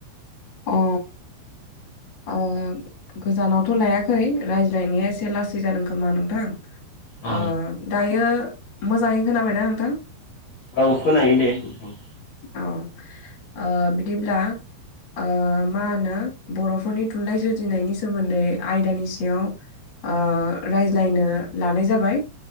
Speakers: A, on the left; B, on the left.
A: अ अ। गोजानावथ' लायाखै रायज्लायनाया एसे लासै जादों खोमा नोंथां।
B: औ
A: ओ दायो मोजाङै खोनाबायना नोंथां?
B: औ खोनायो दे नोंथां।
A: अ औ बिदिब्ला ओ मा होनो बर'फोरनि थुनलाइ सोरजिनायनि सोमोन्दै आयदानि सायाव ओ रायज्लायनो लानाय जाबाय